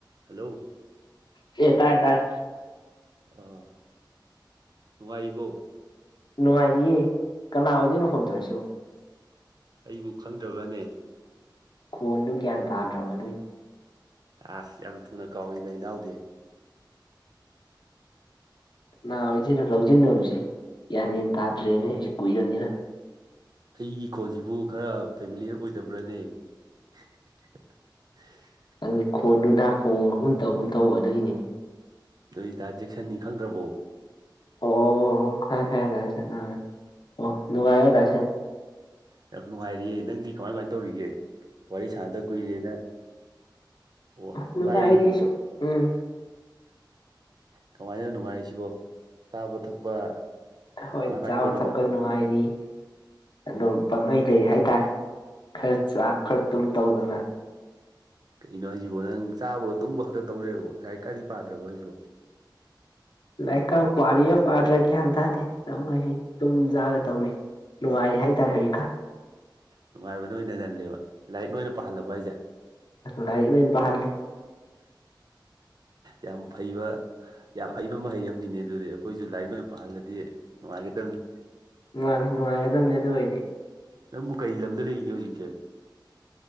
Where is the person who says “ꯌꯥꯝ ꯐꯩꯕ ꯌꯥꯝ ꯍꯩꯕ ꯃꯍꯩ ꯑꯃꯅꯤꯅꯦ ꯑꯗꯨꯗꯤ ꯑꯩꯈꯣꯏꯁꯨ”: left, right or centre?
Right